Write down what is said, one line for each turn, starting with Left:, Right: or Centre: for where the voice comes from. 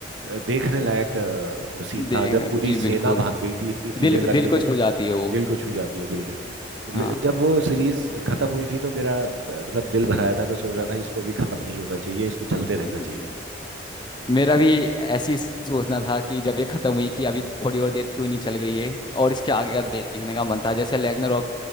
Right: अ, देखने लायक सीन
Left: देखने
Right: था जब पूरी
Left: जी
Right: सेना
Left: बिल्कुल
Right: भाग गई थी इतनी तीरें
Left: दिल को
Right: लगने
Left: दिल को
Right: के
Left: छू जाती है वो
Right: दिल को छू जाती है बिल्कुल
Left: हाँ
Right: ले- जब वो सीरीज खत्म हुई थी तो मेरा अ, मतलब दिल भराया था मैं सोच रहा था इसको भी खत्म नहीं होना चाहिए इसको चलते
Left: मु-
Right: रहना चाहिए
Left: मेरा भी ऐसी सोचना था कि जब ये खत्म हुई कि अभी थोड़ी और देर क्यों नहीं चल गई है
Right: हम्म
Left: और इसके आगे का देखने का मन था जैसे रैग्नारोक